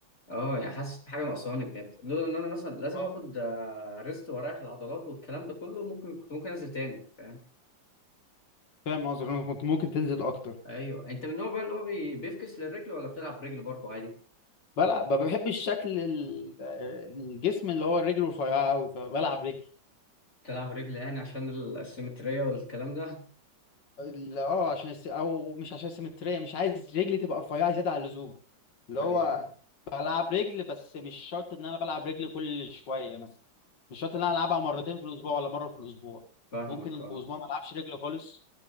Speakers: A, on the left; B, on the left.
A: اه يعني حاسس بحاجه ناقصاني بجد لولا ان انا مثلا لازم
B: اه
A: اخد آه، ريست واريح العضلات والكلام ده كله ممكن كنت ممكن انزل تاني فاهم
B: فاهم قصدك انا كنت ممكن تنزل اكتر
A: ايوه انت من النوع بقى اللي هو بي- بيفكس للرجل ولا بتلعب رجل برضه عادي
B: بلعب ما بحبش شكل ال- الجسم اللي هو رجله رفيعه قوي فبلعب رجل
A: بتلعب رجل يعني عشان السيمترية والكلام ده
B: ال- اه عشان الس... او مش عشان السيمتريه مش عايز رجلي تبقى رفيعه زياده عن اللزوم اللي هو
A: ايوه
B: بلعب رجل بس مش شرط ان انا بلعب رجل كل شويه مثلا مش شرط ان انا العبها مرتين في الاسبوع ولا مره في الاسبوع
A: فاهمك
B: ممكن
A: اه
B: في اسبوع ما العبش رجل خالص